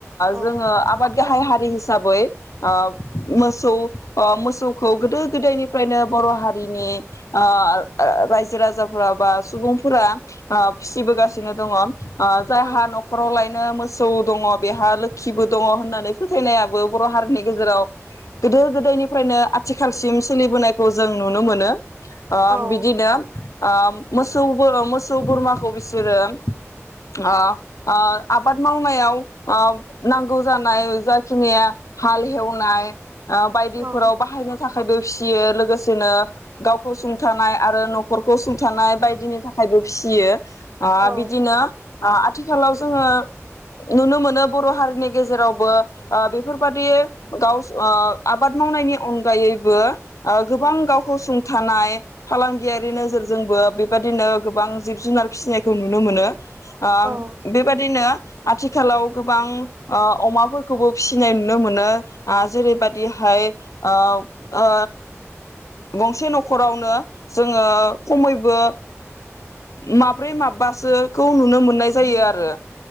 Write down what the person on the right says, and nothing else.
औ
औ
औ
औ
औ
औ